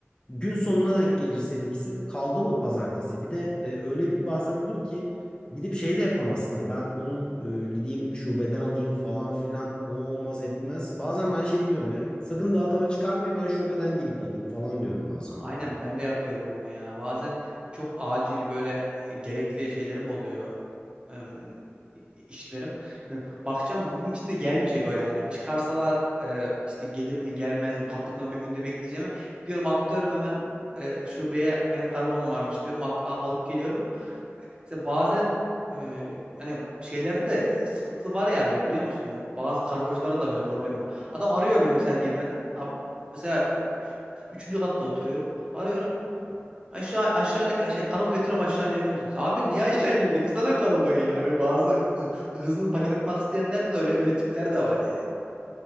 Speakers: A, on the left; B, on the right.
A: gün sonuna denk gelir seninkisi kaldı mı pazartesi bir de e, öyle bir bazen olur ki gidip şey de yapamazsın hani ben bunu e, gideyim şubeden alayım falan filan o olmaz etmez. Bazen ben şey diyorum ya sakın dağıtıma çıkarmayın ben şubeden gelip alayım falan diyorum bazen hatta.
B: Aynen ben de yapıyorum onu ya. Bazen çok acil böyle e, gerekli şeylerim oluyor. em, işlerim. Hani bakacağım bugün içinde gelmeyecek o yani. Çıkarsalar e, işte gelir mi gelmez mi kapının önünde bekleyeceğimi gidiyorum atlıyorum hemen e, şubeye benim kargom varmış diyorum at, a- alıp geliyorum. İşte bazen e, hani şeylerde de sıkıntılı var ya böyle biliyor musun? Bazı kargocuların da böyle problemi var. Adam arıyor beni mesela gelmeden. Ab- Mesela üçüncü katta oturuyorum. Arıyorum. Aşağı aşağı ne şey kargo getiriyorum aşağı inebilir misiniz? Abi niye aşağı ineceğim? Getirsene kargoyu yani. Böyle bazı hı- hızlı paket atmak isteyenlerde de öyle öyle tipler de var ya.